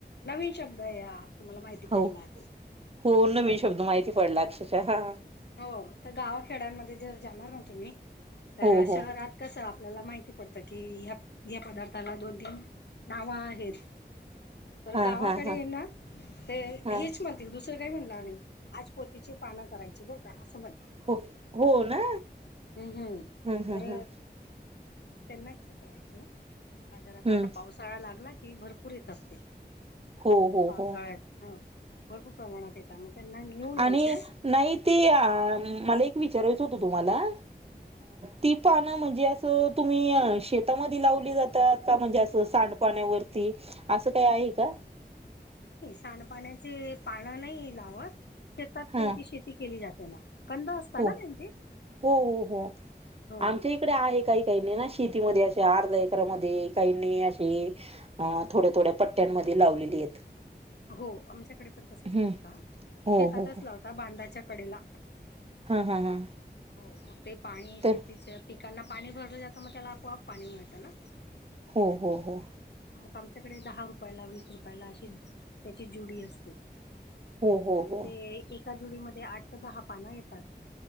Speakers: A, on the left; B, on the right.
A: नवीन शब्द आहे हा तुम्हाला माहिती
B: हो
A: पडला तर
B: हो नवीन शब्द माहिती पडला अक्षशः हा
A: हो तर गावाखेड्यांमध्ये जर जाणार ना तुम्ही तर
B: हो
A: शहरात
B: हो
A: कसं आपल्याला माहिती पडतं की या पदार्थाला दोन-तीन नाव आहेत तर
B: हा
A: गावाकडे
B: हा हा
A: ना ते
B: हा
A: हेच म्हणतील दुसरं काय म्हणणार नाही आज पोतीची पानं करायची बर का असं म्हणत
B: हो हो ना
A: हम् हम्
B: ह ह
A: तर
B: ह
A: मग त्यांना कसं करायचं बाजारात
B: हम्म
A: आता पावसाळा लागला की भरपूर येतात ते
B: हो हो
A: पावसाळच
B: हो
A: हा भरपूर प्रमाणात येतं मग त्यांना घेऊन यायचं
B: आणि नाही ते मला एक विचारायचं होतं तुम्हाला की त्यांना तुम्ही शेतामध्ये लावली जातात का म्हणजे अस सांडपाण्यावरती असं काही आहे का
A: सांडपाण्याचं पान नाही लावत शेतात
B: हा
A: त्यांची शेती केली जाते ना कंद असता
B: हो
A: ना त्यांची
B: हो हो हो
A: हो
B: आमच्या इकडे आहे काही काही नाही ना शेतीमध्ये असे अर्ध्या एकरांमध्ये काहींनी असे थोड्या थोड्या पट्ट्यांमध्ये लावलेली आहेत
A: हो आमच्याकडे पण तसच
B: हम्म
A: लावता
B: हो
A: शेतातच
B: हो हो.
A: लावता बांधाच्या कडेला
B: हा हा हा
A: हो मग ते पाणी शेतीच्या
B: तर
A: पिकांना पाणी भरलं जातं मग त्याला आपोआप पाणी मिळतं ना
B: हो हो हो
A: आमच्याकडे दहा रुपयाला वीस रुपयाला अशी त्याची जुडी असते
B: हो हो
A: मग
B: हो
A: ते एका जुडीमध्ये आठ तर दहा पानं येतात